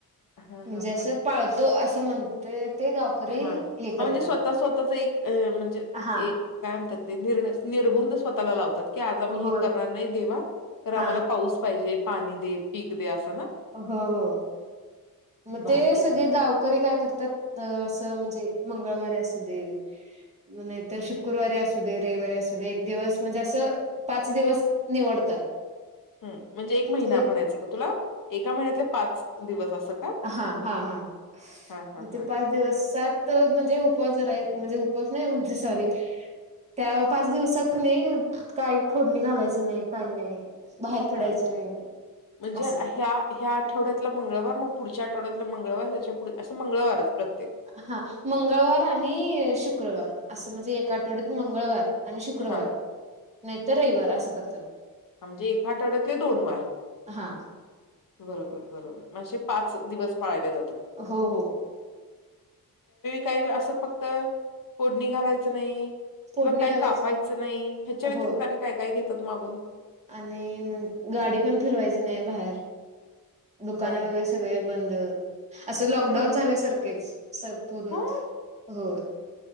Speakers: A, on the left; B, on the right.
A: हां,
B: म्हणजे
A: हां,
B: असं पाळतो असं म्हणते ते गावकरी
A: हा
B: हे करतात.
A: म्हणजे स्वतः स्वतःच एक म्हणजे
B: हा
A: एक काय म्हणतात ते निर्णय निर्बंध स्वतःला लावतात की आज आम्ही
B: होय
A: हे करणार नाही देवा तर आम्हाला
B: हा
A: पाऊस पाहिजे पाणी दे पीक दे अस
B: हो हो मग
A: भारी
B: ते सगळे
A: आहे.
B: गावकरी कातात अस म्हणजे मंगवारी अस दे शुक्रवारी अस रविव एक दिवस म्हणजे अस पाच दिवस निवडतात
A: ह म्हणजे एक महिना
B: ते
A: म्हणायच का तुला एका महिन्यातले पाच दिवस का?
B: हा हा हा
A: हां, हां,
B: मग ते
A: हां,
B: पाच दिवसात तर म्हणजे उपवास जराय म्हणजे उपस नाही म्हणजे सॉरी त्या पाच दिवसात क नाही काय फोडणी घालायच नाही काय नाही बाहेर पडायचं
A: हा
B: नाही
A: म्हणजे
B: असं
A: ह्या ह्या आठवड्यातला मंगळवार मो पुढच्या आठवड्यातला मंगळवार त्याच्या पुढ असं मंगळवारच प्रत्येक.
B: हा मंगळवार आणि शुक्रवार असं म्हणजे ए आठवड्यात मंगळवार आणि शुक्रवार
A: हां,
B: नाही तर रविवार असं करतात
A: म्हजे ए आठवड्यातले दोन वार
B: हा
A: बरोबर बरोबर पाच दिवस जातचछ
B: हो हो
A: काही असं फक्त फोडणी घालायचं नाही
B: फोडणी
A: किंवा काय
B: घालायची
A: कापायचं नाही ह्याच्या व्यतिरिक्त
B: हो
A: आणि काय काय घेतात मागून
B: आणि गाडी पण फिरवायची नाही बाहेर दुकानं
A: हां, हां.
B: वगैरे सगळे बंद असं लॉकडाऊन
A: अरे बापरे!
B: झाल्यासारखेच संपूर्ण
A: हो.
B: हो-